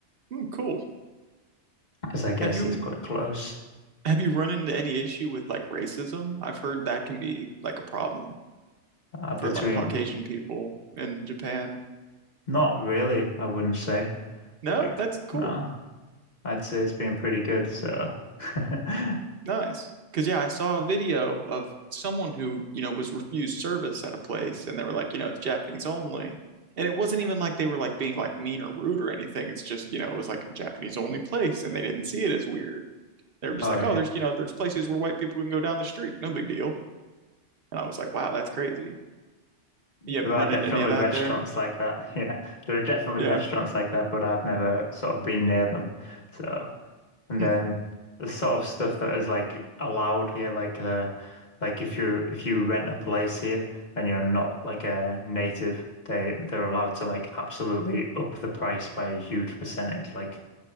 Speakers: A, on the right; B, on the left.
A: Hmm, cool.
B: because I guess
A: Have you
B: it's quite close
A: have you run into any issue with like racism? I've heard that can be like a problem
B: uh, between.
A: for like Caucasian people in Japan.
B: Not really, I wouldn't say.
A: No,
B: Like,
A: that's cool.
B: no, I'd say it's been pretty good. So, <laughs> oh
A: nice. Cause yeah, I saw a video of someone who, you know, was refused service at a place and they were like, you know, it's Japanese only. And it wasn't even like they were like being like mean or rude or anything. It's just, you know, it was like a Japanese only place and they didn't see it as weird. They were just
B: yeah.
A: like, oh, there's, you know, there's places where white people can go down the street. No big deal. And I was like, wow, that's crazy. You haven't
B: There
A: run
B: are definitely
A: into any of that
B: restaurants
A: there?
B: like that. <laughs> Yeah, there are definitely
A: Yeah.
B: restaurants like that, but I've never sort of been near them. So, and
A: Hmm.
B: then the sort of stuff that is like allowed here, like uh, like if you if you rent a place here and you're not like a native, they they're allowed to like absolutely up the price by a huge percentage, like